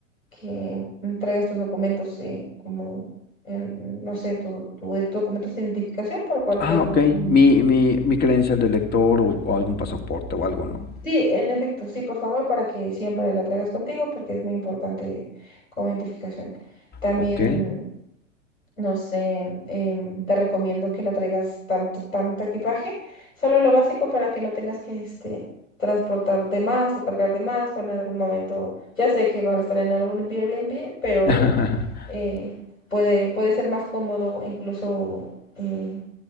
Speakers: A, on the left; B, on the left.
A: que traigas tus documentos, eh, como, en- no sé, tu, tu documentos de identificación por cualquier
B: Ah, ok.
A: Ujú.
B: Mi, mi, mi credencial de lector o, o algún pasaporte o algo, ¿no?
A: Sí, en efecto, sí, por favor, para que siempre la traigas contigo porque es muy importante como identificación. También,
B: Ok.
A: no sé, em, te recomiendo que no traigas tanto, tanto equipaje, solo lo básico para que no tengas que este, transportar de más o cargar de más o en algún momento, ya sé que van a estar en algún Airbnb, pero
B: <laughs>
A: eh, puede, puede ser más cómodo, incluso eh,